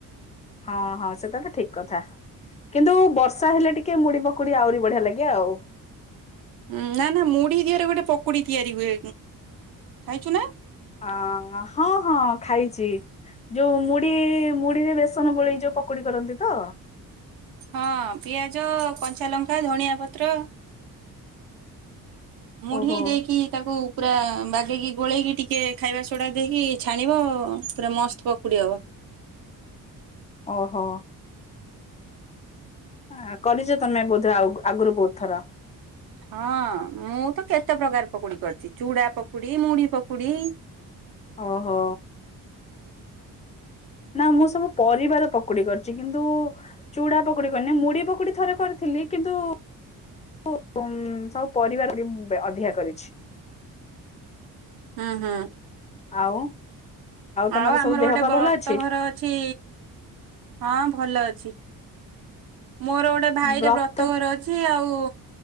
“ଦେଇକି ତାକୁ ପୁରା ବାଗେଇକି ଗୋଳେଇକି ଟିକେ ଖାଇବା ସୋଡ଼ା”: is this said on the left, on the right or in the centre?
Right